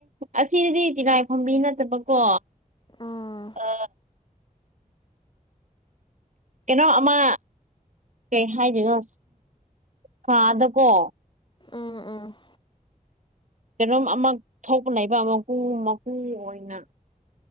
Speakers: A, on the right; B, on the left.
A: ꯑꯁꯤꯗꯤ ꯇꯤꯂꯥꯏ ꯐꯝꯕꯤ ꯅꯠꯇꯕꯀꯣ
B: ꯑꯥ
A: ꯑ ꯀꯩꯅꯣ ꯑꯃ ꯀꯩ ꯍꯥꯏꯔꯤꯅꯣ ꯀꯥꯗꯀꯣ
B: ꯎꯝ ꯎꯝ
A: ꯀꯩꯅꯣꯝ ꯑꯃꯛ ꯊꯣꯛꯄ ꯂꯩꯕ ꯑꯃꯀꯨ ꯃꯀꯨ ꯑꯣꯏꯅ